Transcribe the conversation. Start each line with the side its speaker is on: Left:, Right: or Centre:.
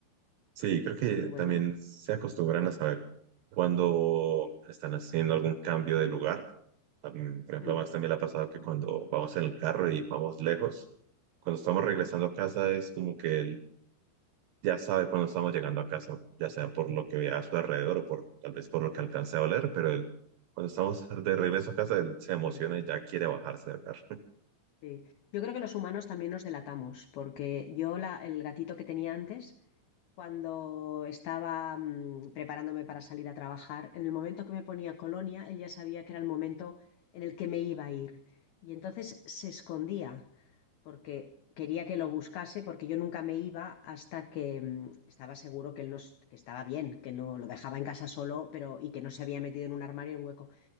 Right: Sí, creo que
Left: Y Sí. bueno,
Right: también se acostumbran a saber cuando están haciendo algún cambio de lugar. Am, Por ejemplo,
Left: Sí. mm,
Right: a Max también le ha pasado que cuando vamos en el carro y vamos lejos, cuando estamos regresando a casa es como que él ya sabe cuando estamos llegando a casa, ya sea por lo que vea a su alrededor o por tal vez por lo que alcance a oler, pero él, cuando estamos de regreso a casa, él se emociona
Left: sí,
Right: y ya quiere bajarse del carro. <laughs>
Left: sí. Yo creo que los humanos también nos delatamos, porque yo la, el gatito que tenía antes cuando estaba mm, preparándome para salir a trabajar, en el momento que me ponía colonia, él ya sabía que era el momento en el que me iba a ir. Y entonces se escondía, porque quería que lo buscase, porque yo nunca me iba hasta que mm, estaba seguro que él no, es- que estaba bien, que no lo dejaba en casa solo, pero y que no se había metido en un armario en un hueco